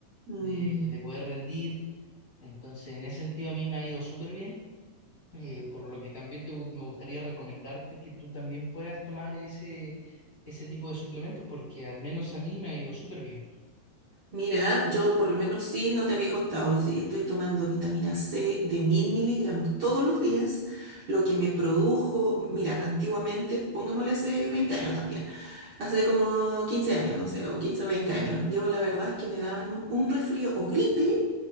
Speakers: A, on the right (about 75°); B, on the left (about 30°).
A: Mm.
B: de, de poder rendir. Entonces, en ese sentido a mí me ha ido súper bien. Eh, por lo que también te gu- me gustaría recomendarte que tú también puedas tomar ese, ese tipo de suplementos porque al menos a mí me ha ido súper bien.
A: Mira, yo por lo menos sí, no te había contado, y sí, estoy tomando vitamina C de mil miligramos todos los días, lo que me produjo, mira, antiguamente, pongámosle hace 20 años también, hace como 15 años, no sé, o 15 o 20 años, yo la verdad es que me daban un un resfrío o gripe